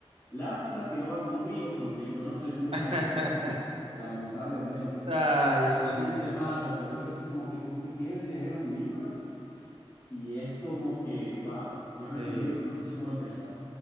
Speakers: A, on the left; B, on the right.
A: Lástima que no va conmigo porque yo no soy mucho
B: <laughs>
A: de leer libros, lamentablemente.
B: Ay, sí,
A: No sé si te pasa, pero hay veces como que tú le quieres leer un libro y es como que, wow, quiero leer
B: sí,
A: un libro, pero no sé cómo empezar.